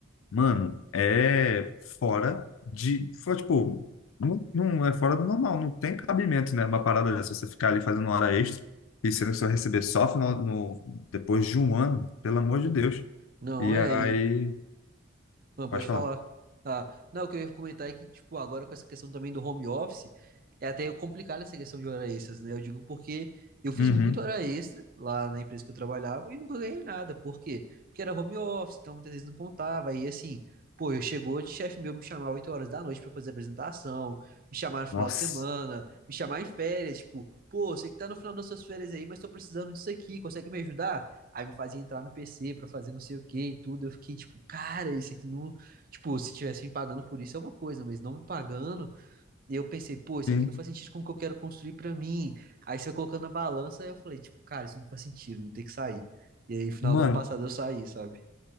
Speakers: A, on the left (about 85°); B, on the right (about 45°).
A: mano, é fora de, fora, tipo, não, não é fora do normal, não tem cabimento, né? Uma parada dessa, você ficar ali fazendo hora extra e sendo que você vai receber só final, no, depois de um ano, pelo amor de Deus.
B: Não,
A: E
B: é.
A: aí,
B: E, Não, pode
A: pode falar.
B: falar. Ah, não, o que eu ia comentar é que, tipo, agora com essa questão também do home office, é até complicado essa questão de hora extras, né? Eu digo porque eu fiz
A: Uhum.
B: muita hora extra lá na empresa que eu trabalhava e nunca ganhei nada. Por quê? Porque era home office, então muitas vezes não contava. E assim, pô, eu chegou de chefe meu me chamar 8 horas da noite pra fazer apresentação, me chamar no final
A: Nossa,
B: de semana, me chamar em férias, tipo, pô, sei que tá no final das suas férias aí, mas tô precisando disso aqui, consegue me ajudar? Aí me fazia entrar no PC pra fazer não sei o que e tudo. Eu fiquei tipo, cara, isso aqui não. Tipo, se tivesse me pagando por isso é uma coisa, mas não me pagando. E eu pensei, pô, isso
A: sim.
B: aqui não faz sentido com o que eu quero construir pra mim. Aí você vai colocando na balança, aí eu falei, tipo, cara, isso não faz sentido, vou ter que sair. E aí, final
A: Mano,
B: do ano passado eu saí, sabe?